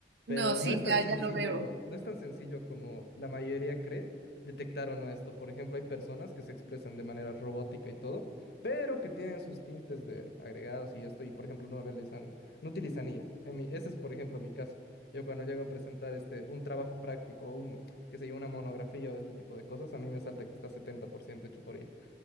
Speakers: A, on the left (about 65°); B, on the right (about 80°).
A: pero
B: no, sí,
A: no es tan
B: ya,
A: sencillo,
B: ya lo veo.
A: no es tan sencillo como la mayoría cree detectar o no esto. Por ejemplo, hay personas que se expresan de manera robótica y todo, pero que tienen sus tintes de agregados y esto, y por ejemplo, no realizan, no utilizan IA. En mi- ese es, por ejemplo, mi caso. Yo cuando llego a presentar este, un trabajo práctico o un, qué sé yo, una monografía o este tipo de cosas, a mí me salta que está 70% hecho por IA.